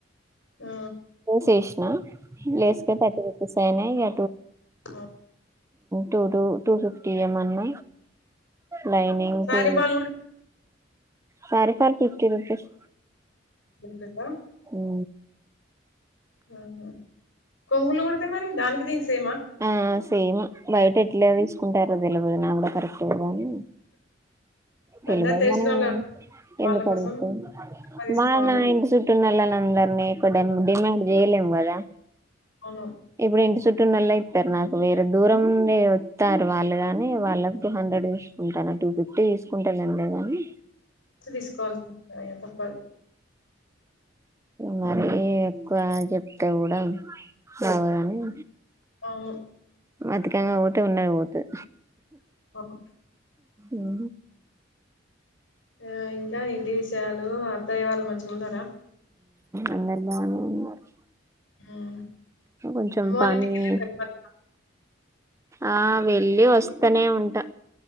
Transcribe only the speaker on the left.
ఆ
ఆ
సారీ ఫాల్ కూడా
<inaudible>
ఆహ కొంగులు కుడితే మరి దానికి దీనికి సేమా
అందరు తెలిసినోళ్ళే
వాళ్ళ
కోసం
తక్కువ తీసుకోవాలి
అవును
తీసుకోవాలసి తప్పదు
అవును
అవును.
ఆ ఇంకా ఏంటి విషయాలు అత్తయ్య వాళ్ళు మంచిగా ఉన్నారా
అమ్మ
వాళ్ళ
ఇంటికి వెళ్ళిరా